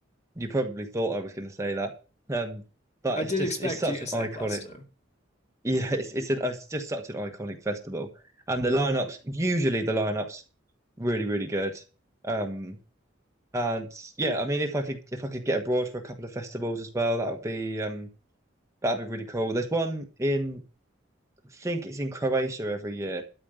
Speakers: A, on the right; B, on the left.
A: you probably thought I was going to say that, um, but
B: I did
A: it's just
B: expect
A: it's such
B: you to
A: an
B: say
A: iconic.
B: Glasto.
A: <laughs> Yeah, it's it's an, it's just such an iconic festival, and the lineups usually the lineups really, really good. Um, and yeah, I mean, if I could, if I could get abroad for a couple of festivals as well, that would be, um, that'd be really cool. There's one in, I think it's in Croatia every year.